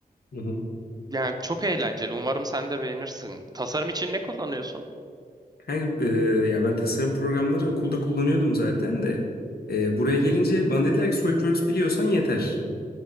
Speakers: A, on the left (about 85°); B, on the right (about 25°).
A: Hı
B: Yani çok eğlenceli. Umarım sen de beğenirsin. Tasarım için ne kullanıyorsun?
A: Kanka, eee, ya ben tasarım programları okulda kullanıyordum zaten de. Eee, buraya gelince bana dediler ki SolidWorks biliyorsan yeter.